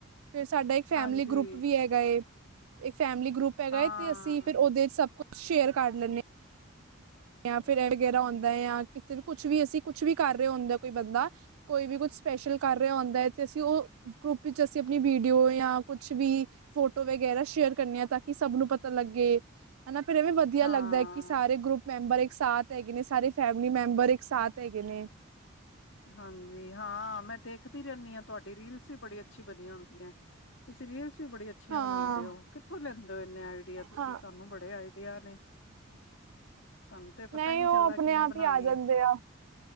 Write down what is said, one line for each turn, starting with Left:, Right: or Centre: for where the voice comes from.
Right: ਫੇਰ ਸਾਡਾ ਇੱਕ ਫੈਮਲੀ
Left: ਹਾਂਜੀ
Right: ਗਰੁੱਪ ਵੀ ਹੈਗਾ ਏ। ਇੱਕ ਫੈਮਿਲੀ ਗਰੁੱਪ ਹੈਗਾ
Left: ਹਾਂ
Right: ਏ, ਤੇ ਅਸੀ ਫੇਰ ੳਦੇ ਚ ਸਭ ਕੁਛ ਸ਼ੇਅਰ ਕਰ ਲੈਨੇ ਜਾਂ ਫੇਰ ਵਗੈਰਾ ਹੁੰਦਾ ਐ, ਜਾਂ ਕਿਤੇ ਵੀ ਕੁਛ ਵੀ ਅਸੀ ਕੁਛ ਵੀ ਕਰ ਰਹੇ ਹੁੰਦੇ ਕੋਈ ਬੰਦਾ ਕੋਈ ਵੀ ਕੁਛ ਸਪੈਸ਼ਲ ਕਰ ਰਿਹਾ ਹੁੰਦਾ ਹੈ, ਤੇ ਅਸੀਂ ਉਹ ਗਰੁੱਪ ਵਿੱਚ ਅਸੀ ਅਪਣੀ ਵੀਡੀਓ ਯਾਂ ਕੁਛ ਵੀ ਫੋਟੋ ਵਗੈਰਾ ਸ਼ੇਅਰ ਕਰਨੇ ਆ ਤਾਂ ਕਿ ਸਭ ਨੂੰ ਪਤਾ ਲੱਗੇ। ਹੈਨਾ ਫੇਰ ਐਵੇਂ ਵਧੀਆ
Left: ਹਾਂ
Right: ਲੱਗਦਾ ਐ, ਕਿ ਸਾਰੇ ਗਰੁੱਪ ਮੈਂਬਰ ਇੱਕ ਸਾਥ ਹੈਗੇ ਨੇ, ਸਾਰੇ ਫੈਮਿਲੀ ਮੈਂਬਰ ਇੱਕ ਸਾਥ ਹੈਗੇ ਨੇ।
Left: ਹਾਂਜੀ ਹਾਂ, ਮੈਂ ਦੇਖਦੀ ਰੇਨੀ ਆ ਤੁਆਡੀ ਰੀਲਸ ਵੀ ਬੜੀ ਅੱਛੀ ਬਣਿਆ ਹੁੰਦੀਐ। ਤੁਸੀ ਰੀਲਸ ਵੀ ਬੜੀ ਅੱਛੀਆਂ
Right: ਹਾਂ,
Left: ਬਨਾਦੇ ੳ। ਕਿੱਥੋਂ ਲੈਂਦੇ ੳ ਏਨੇ ਆਈਡੀਆ ਤੁਸੀ?
Right: ਹਾਂ।
Left: ਤਾਨੂੰ ਬੜੇ ਆਈਡੀਆ ਨੇ। ਸਾਨੂੰ ਤੇ ਪਤਾ
Right: ਨਹੀਂ
Left: ਈ ਨਈ
Right: ਉਹ
Left: ਚੱਲਦਾ
Right: ਆਪਣੇ
Left: ਕਿਵੇਂ
Right: ਆਪ
Left: ਬਨਾਨੀ
Right: ਹੀ ਆ
Left: ਏ।
Right: ਜਾਂਦੇ ਆ।